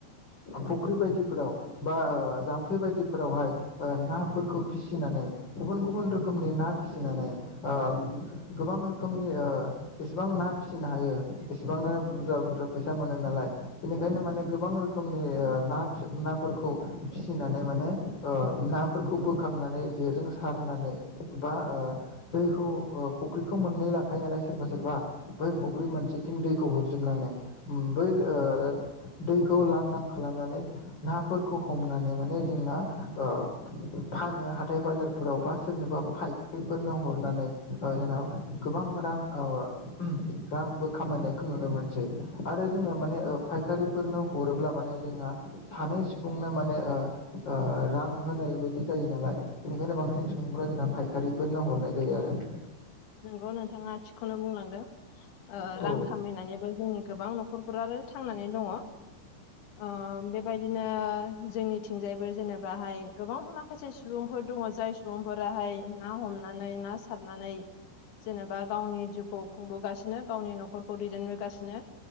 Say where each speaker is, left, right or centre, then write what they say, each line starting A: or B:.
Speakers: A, on the left; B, on the left.
A: फुख्रि बायदिफोराव बा ओ जाम्फै बायदिफोरावहाय ओ नाफोरखौ फिसिनानै गुबुन गुबुन रोखोमनि ना फिसिनानै ओ गोबां रोखोमनि ओ जेसेबां ना फिसिनो हायो एसेबांनो बुरजा बुरजा फैसा मोनो नालाय बेनिखायनो माने गोबां रोखोमनि ओ ना फिसा ना फोरखौ फिसिनानै माने ओ नाफोरखौ बोखांनानै जेजों सारनानै बा ओ दैखौ ओ फख्रिखौ मोननै लाखायो नालाय सोरबा सोरबा बै फख्रि मोनानसेथिं
B: उम
A: दैखौ हर जोबनानै उम बै ओ दैखौ लांदां खालामनानै नाफोरखौ हमनानै माने जोंना ओ फानो हाथाय बाजारफोराव बा सोरनोबा पाइप बेफोरनो हरनानै ओ जोंना गोबां रां ओ रांबो खामायनायखौ नुनो मोनसै आरो जोङो माने
B: नंगौ
A: ओ फायखारिफोरनो हरोब्ला माने जोंहा सानै सुबुंनो माने ओ ओ रां होनाय बायदि जायो नालाय बेनिखायनो बांसिन सुबुंफोरा जोंना फायखारिफोरनो हरनाय जायो आरो।
B: नंगौ नोंथाङा थिखौनो बुंलांदों ओ
A: औ
B: रां खामायनानैबो जोंनि गोबां न' नखरफोर आरो थांनानै दङ ओ बे बेबायदिनो जोंनिथिंजायबो जेनेबा हाय गोबां माखासे सुबुंफोर दङ जाय सुबुंफोरा हाय ना हमनानै ना सारनानै जेनेबा गावनि जिउखौ खुंबोगासिनो गावनि नखरखौ दैदेनबोगासिनो